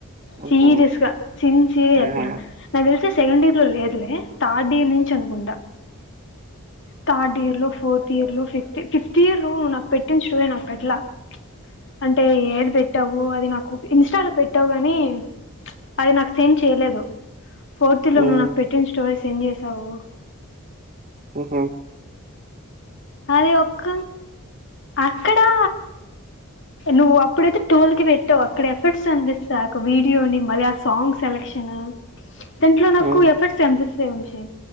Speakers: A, on the right; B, on the left.
A: ఉహు
B: సీరియస్ గా సిన్సియర్ గా చెప్తున్నా
A: ఆహా
B: నాకు తెలిసి సెకండ్ ఇయర్ లో లేదులే థర్డ్ ఇయర్ నుంచి అనుకుంటా థర్డ్ ఇయర్ లో ఫోర్త్ ఇయర్ లో ఫిఫ్త్ ఫిఫ్త్ ఇయర్ లో నువ్వు నాకు పెటింది స్టోరీ నాక్ ఎట్లా అంటే ఏది పెట్టావు అది నాకు ఇన్స్టాలో పెట్టావు గాని అది నాకు సెండ్ చేయలేదు. ఫార్తులో
A: ఉమ్
B: నువ్వు నాకు పెట్టిన స్టోరీస్ ఎం చేసావు
A: అహ
B: అరే ఒక్క అక్కడా నువ్వు అప్పుడైతే టువెల్ కి వెట్టావు అక్కడ ఎఫెర్ట్స్ అందిస్తా ఒక వీడియోని మళ్ళి ఆ సాంగ్ సెలక్ష కేనా దాంట్లో నాకు
A: ఉమ్
B: ఎఫర్ట్స్ కనిపిస్తాయ్ వంశీ